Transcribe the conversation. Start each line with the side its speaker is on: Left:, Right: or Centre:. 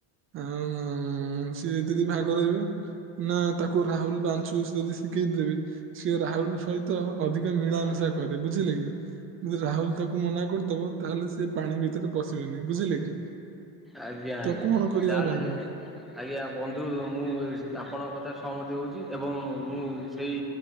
Right: ଉଁ ସିଏ ଯଦି ଭାଗ ରହିବ ନା ତାକୁ ରାହୁଲ ବଞ୍ଚୁ ଯଦି ଗେଟ୍ ଦେବି ସିଏ ରାହୁଲ ସହିତ ଅଧି ଟ ମିଳାମିଶା କରେ ବୁଝିଲେ କି ଯଦି ରାହୁଲ ତାକୁ ମନା କରିଦବ ତାହେଲେ ସେ ପାଣି ଭିତରେ ପଶିବେ ନି ବୁଝିଲେ କି?
Centre: ଆଜ୍ଞା
Right: ତ
Centre: ଆଜ୍ଞା
Right: କଣ କରିବା
Centre: ତାହେଲେ
Right: ବନ୍ଧୁ?
Centre: ଆଜ୍ଞା ବନ୍ଧୁ ମୁଁ ଆପଣଙ୍କ କଥା ସ୍ ସହମତି ହଉଚି ଏବଂ ମୁଁ ସେଇ